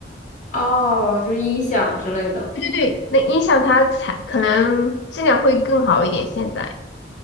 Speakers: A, on the left; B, on the left.
A: 哦，就是音响之类的。
B: 对对对，那音响它才可能质量会更好一点，现在